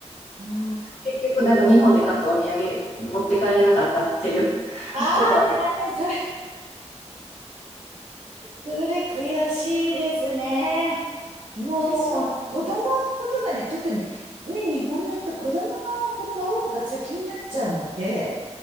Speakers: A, on the right (about 65°); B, on the left (about 80°).
A: あー
B: 結局、なんか日本で買ったお土産持って帰れなかったっていう
A: あー、
B: <laughs> ことはあっ
A: 残念、それ、それ悔しいですね。もうね、
B: たですよ。
A: 子供のことがね、特に、ね、日本の人、子供のことが先になっちゃうので、